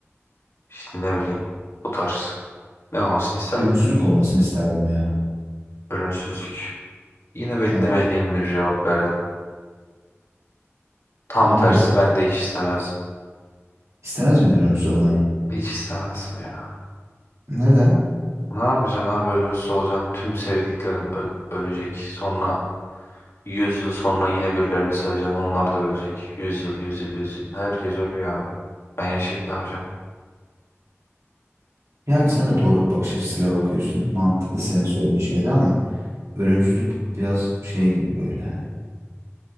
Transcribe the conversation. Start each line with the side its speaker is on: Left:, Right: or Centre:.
Left: işte ne bileyim bu tarz. Ne olmasını isterdin?
Right: Ölümsüzlük olmasını isterdim ya.
Left: Ölümsüzlük. Yine beklemediğim
Right: Evet.
Left: bir cevap verdin. Tam
Right: Abi
Left: tersi ben de hiç istemezdim.
Right: istemez miydin ölümsüz olmayı?
Left: Hiç istemezdim ya.
Right: Neden?
Left: Ne yapacaksın abi ölümsüz olacaksın. Tüm sevdiklerin ö- ölecek. Sonra Yüz yıl sonra yine birilerini seveceksin. Onlar da ölecek. 100 yıl, 100 yıl, 100 yıl. Herkes ölüyor abi. Ben yaşayıp ne yapacağım?
Right: Yani sen de doğru bir bakış açısıyla bakıyorsun. Mantıklı senin söylediğin şeyde ama ölümsüzlük biraz şey gibi böyle hani.